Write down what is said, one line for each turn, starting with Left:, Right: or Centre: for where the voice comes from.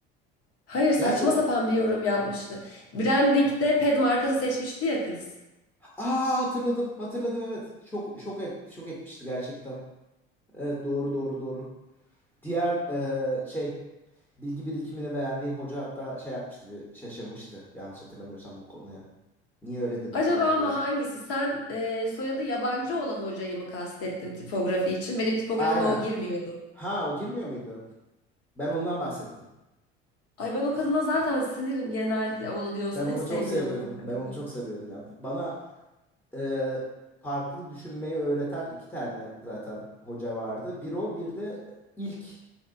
Left: Hayır saçma
Centre: Gerçi o
Left: sapan bir yorum yapmıştı. Branding'de ped markası seçmişti ya kız.
Centre: Aa hatırladım. Hatırladım evet. Şok şok et şok etmişti gerçekten. Evet doğru doğru doğru. Diğer eee, şey bilgi birikimini beğendiğin hoca hatta şey yapmıştı bir şaşırmıştı yanlış hatırlamıyorsam bu konuya. Niye öyle dedim
Left: Acaba
Centre: falan
Left: ama
Centre: diye.
Left: hangisi? Sen e, soyadı yabancı olan hocayı mı kastettin tipografi için? Benim tipografime
Centre: Aynen.
Left: o girmiyordu.
Centre: Ha o girmiyor muydu? Ben ondan bahsettim.
Left: Ay ben o kadına zaten sinirim genelde onu diyorsan
Centre: Ben onu
Left: hiç sevmiyordum
Centre: çok seviyordum.
Left: o kadını.
Centre: Ben onu çok seviyordum ya. Bana e, farklı düşünmeyi öğreten iki tane zaten hoca vardı. Bir o bir de ilk